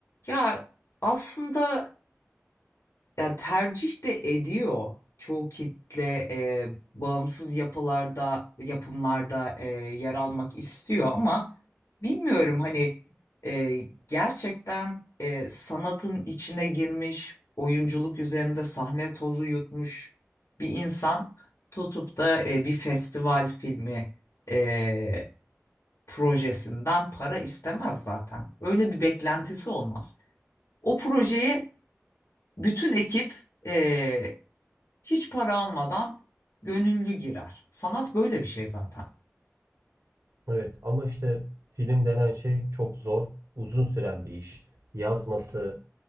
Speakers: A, on the left; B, on the right.
A: Ya aslında ya tercih de ediyor çoğu kitle e, bağımsız yapılarda yapımlarda e, yer almak istiyor ama bilmiyorum hani e, gerçekten e, sanatın içine girmiş oyunculuk üzerinde sahne tozu yutmuş bir insan tutup da e, bir festival filmi e, projesinden para istemez zaten öyle bir beklentisi olmaz. O projeye bütün ekip eee, hiç para almadan gönüllü girer. Sanat böyle bir şey zaten.
B: Evet ama işte film denen şey çok zor, uzun süren bir iş. Yazması,